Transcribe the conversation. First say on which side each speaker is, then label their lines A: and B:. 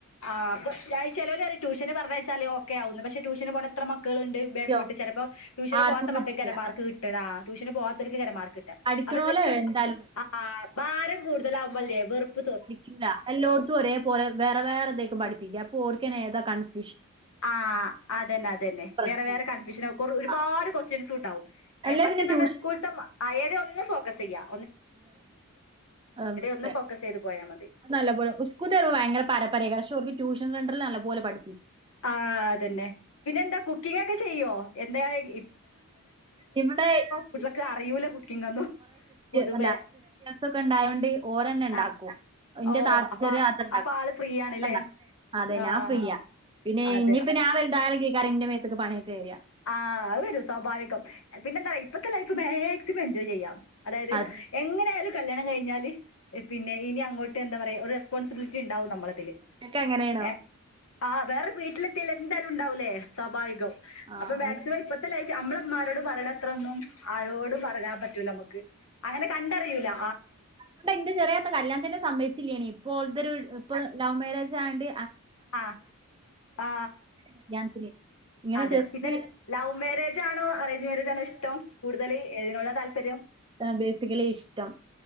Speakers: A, on the left; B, on the right.
A: ആ ചെലോലറിം ട്യൂഷന് പറഞ്ഞയച്ചാലൊ ക്കെ ആവും പക്ഷെ ട്യൂഷന് പോണ എത്ര മക്കൾണ്ട
B: ആ, സത്യം
A: ബേക്കോട്ട് ചെലപ്പം ട്യൂഷന്
B: ആർക്കും
A: പോവാത്ത മക്കളേക്കാരം
B: കിട്ടിയില്ല
A: മാർക്ക് കിട്ട്കാ ട്യൂഷന് പോവാത്തോൽക്കേ ക്കാരം മാ കരമാർക്കിട്ട
B: പഠിക്കണോലെ
A: അപ്പൊ ഇവർക്ക്
B: എന്തായാലും പഠിക്കും
A: അഹ് ആഹ് ഭാരം കൂടുതലാവുമ്പല്ലെ അല്ലേ വെറുപ്പ
B: പഠിക്കില്ല എല്ലോട്ത്തും ഒരേ പോലെ വേറെ വേറെ ഇതെക്കും പഠിപ്പിക്ക കോർക്കനേതാ കൺസ്
A: ആഹ് അതന്നെ അതന്നെ
B: അങ്ങനത്തെ പ്രശ്നണ്ട്
A: വേറെ വേറെ കൺഫ്യൂഷനാവും ഒരുപാട്
B: ആ
A: കൊസ്റ്റ്യൻസു ഉണ്ടാവും എ
B: അല്ലേ
A: മറ്റേ
B: പിന്നെ
A: തറ്ഞ്ഞ
B: ട്യൂഷൻ
A: സ്കൂള്ത്തെ ഏതെ ഒന്ന് ക്കസയ്യാം
B: <unintelligible> ആടുത്തെ
A: ഒന്ന് ഫോക്കസെയ്ത് പോയാ മതി
B: അ നല്ല പോലെ ഉസ്കൂത്തെ ഭയങ്കര പരപ്പ രേക്കാര ടൂഷൻ സെന്ററിൽല്ല പോലെ പഠി
A: ആഹ് അതന്നെ പിന്നെ എന്താ കുക്കിം ഗൊക്കെ ചെയ്യോ എന്ത് <unintelligible> യി
B: ഇവിടെയ്
A: കുട്ടികൾക്ക് അറിയൂല
B: ഇമ്മച്ചിം
A: കുക്കിംഗ് ഒന്നും
B: കൊറേ സിസ്റ്റ
A: പൊതുവേ
B: അല്ല സിസ്റ്റേഴസൊക്കെ ഇണ്ടാേയാണ്ട് ഓരന്നെ ഉണ്ടാക്കും
A: ആഹ്
B: ഇന്റെ
A: ഓ
B: താച്ചര്ചെറ്യേ
A: അപ്പ
B: ത്താത്തണ്ടാക്കും
A: അപ്പൊ ആള് ഫ്രീ ആണ്ല്ലേ
B: അതെ
A: ആഹ്
B: ഞാൻ ഫ്രീയ പിന്നെ
A: അതെ
B: ഇഞ്പ്പം ഞാവൽ <unintelligible> ഇന്റ മേത്ത്ക്ക് പണിയൊക്കെ വര
A: ആഹ് അത് വരും സ്വാഭാവികം പിന്നെന്താ വ ഇപ്പത്തെ ലൈഫ് വേഗം മാക്സിമംഎൻജോയ് ചെയ്യാം അതായത്
B: അതന്നെ
A: എങ്ങനൊയാലും കല്യാണം കഴിഞ്ഞാല് പിന്നെ ഇനി അങ്ങോട്ട് എന്താ പറയാ ഒരു റെസ്പോൺസിബിലിറ്റി ഉണ്ടാവും നമ്മളതി
B: ഇങ്ങക്ക് എങ്ങനേണോ
A: ഏ ആഹ് വേറെ വീിലത്തിയാലേ എന്തായാലും ഉണ്ടാവൂലേ സ്വാഭാവികം
B: ആഹ്
A: അപ്പൊ
B: മൂന്ന്
A: മാക്സിമം
B: മക്കളാ
A: ഇപ്പത്ത ലൈഫ് നമ്മളെമ്മാര് ആോട് പറഞ്ഞടത്രൊന്നും ആരോടും പറയാൻ പറ്റൂല നമുക്ക് അങ്ങനെ കണ്ടറിയിൂലആ
B: അതുകൊണ്ട് എൻ്റെചെറിയാ ഇത്തകല്യാണത്തിന് സമ്മതിച്ചില്ലായ്രുന്ന് ഇപ്പോൾത്തെൊരു ഇപ്പൊ ലവ് മാരേജ് സാണ്ട്
A: ആ ആ
B: കല്യാണത്തിന് ഇങ്ങനെ
A: അതെ
B: ജസ്റ്റ്
A: പിന്നെ ലവ് മാരേജ് ആണോ അറേഞ്ച് മാരേജ് ആണോ ഇഷ ത്തം കൂടുതൽ
B: ഇങ്ങനെ
A: ഏതിനുള്ള താല്പര്യം
B: ബേസിക്കലി ഇഷ്ടം